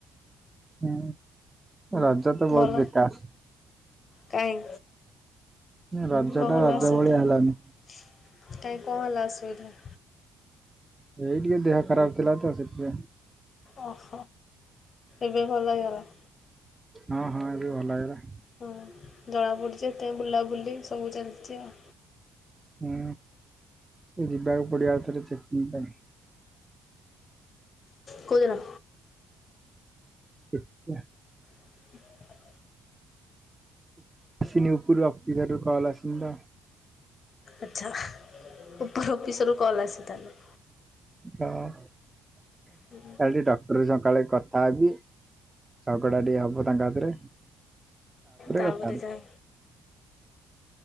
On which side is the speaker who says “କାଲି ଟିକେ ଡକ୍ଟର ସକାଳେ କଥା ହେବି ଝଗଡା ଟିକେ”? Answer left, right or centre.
Right